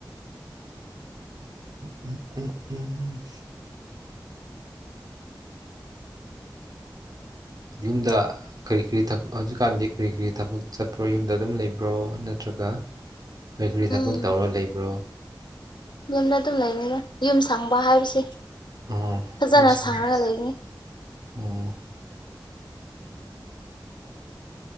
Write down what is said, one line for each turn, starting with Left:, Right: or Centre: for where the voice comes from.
Right: ꯎꯝ ꯎꯝ ꯎꯝ ꯎꯝ ꯌꯨꯝꯗ ꯀꯔꯤ ꯀꯔꯤꯛ ꯍꯧꯖꯤꯛꯀꯥꯟꯗꯤ ꯀꯔꯤ ꯀꯔꯤ ꯊꯕꯛ ꯆꯠꯄ꯭ꯔꯣ ꯌꯨꯝꯗ ꯑꯗꯨꯝ ꯂꯩꯕ꯭ꯔꯣ ꯅꯠꯇ꯭ꯔꯒ ꯀꯔꯤ ꯀꯔꯤ
Left: ꯎꯝ
Right: ꯊꯕꯛ ꯇꯧꯔ ꯂꯩꯕ꯭ꯔꯣ
Left: ꯌꯨꯝꯗ ꯑꯗꯨꯝ ꯂꯩꯅꯤꯅ ꯌꯨꯝ ꯁꯪꯕ ꯍꯥꯏꯕꯁꯦ
Right: ꯑꯣ
Left: ꯐꯖꯅ
Right: ꯌꯨꯝ ꯁꯪꯕ
Left: ꯁꯥꯡꯉꯒ ꯂꯩꯒꯅꯤ
Right: ꯑꯣ